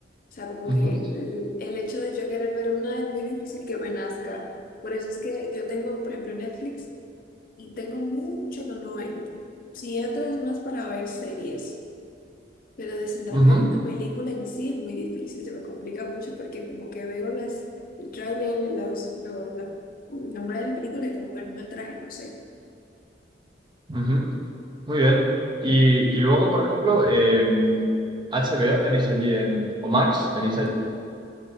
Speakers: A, on the left (about 50°); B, on the right (about 25°).
A: sea, como
B: Ujú,
A: que el, el hecho de yo querer ver una es muy difícil que me nazca. Por eso es que yo tengo, por ejemplo, Netflix y tengo mucho que no entro. Si entro es más para ver series. Pero de sentarme
B: ujú.
A: a ver una película en sí es muy difícil, se me complica mucho porque como que veo las, el tráiler, los, los, la- el nombre de la película y como que no me atrae no sé.
B: Ujú, Muy bien. Y, y luego, por ejemplo, eh, HBO tenéis allí en, o Max tenéis allí.